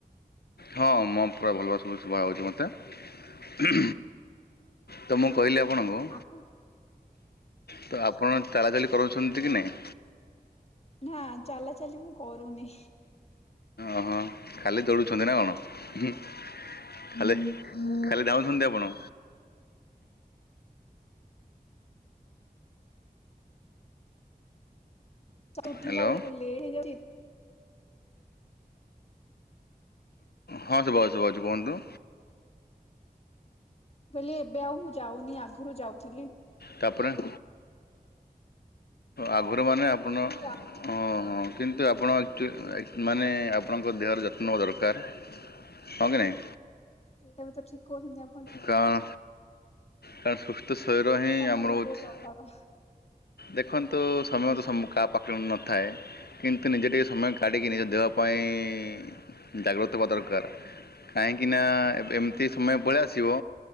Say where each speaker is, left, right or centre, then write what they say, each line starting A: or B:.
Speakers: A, on the left; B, on the left.
A: ହଁ ମୋ ପୁରା ଭଲ ଭ ସବୁ ଶୁଭା ହେଉଛି ମୋତେ ତ ମୁଁ କହିଲି ଆପଣଙ୍କୁ
B: ଆପ
A: ତ ଆପଣ ଚାଳାଚାଲି କରୁଛନ୍ତି କି ନାହିଁ
B: ନା ଚାଲା ଚାଲି ମୁଁ କରୁନି
A: ଓହଁ ଖାଲି ଦୌଡ଼ୁଛନ୍ତି ନା କଣ ଉ ଖାଲି ଖାଲି ଧାଁଉଛନ୍ତି ଆପଣ
B: ତ ଉଠିଲା
A: ହ୍ୟାଲୋ
B: ବେଳକୁ ଲେଟ ହେଇଯାଉଛି।
A: ହଁ ଶଭ ଶୁବାଜୁ କୁହନ୍ତୁ
B: ବୋଲିଇ ଏବେ ଆଉ ମୁଁ ଯାଉନି ଆଗରୁ ଯାଉଥିଲି
A: ତାପରେ ଅ ଆଗରୁମାନେ ଆପଣ
B: ଏବେ ଯାଉ
A: ଅ ହଁ କିନ୍ତୁ ଆପଣ ଆଚୁ ମାନେ ଆପଣଙ୍କ ଦେହର ଯତ୍ନ ନେବା ଦରକାର ହଁ କି ନାହିଁ
B: ସେଇଟା ବି ତ ଠିକ୍ କହୁଛନ୍ତି ଆପ
A: କାରଣ କଣ ସୁସ୍ଥ ଶରୀର ହିଁ
B: ସମୟ
A: ଆମର ହେଉଛି
B: ବହୁତ ଅଭାବ
A: ଦେଖନ୍ତୁ ସମୟ ତ ସମ କାହା ପାଖରେ ନଥାଏ କିନ୍ତୁ ନିଜେ ଟିକେ ସମୟ କାଢିକି ନିଜ ଦେହ ପାଇଁ ଜାଗ୍ରତ ହବା ଦରକାର କାହିଁକି ନା ଏବେ ଏମିତି ସମୟ ଭଳିଆ ଆସ ଥିବ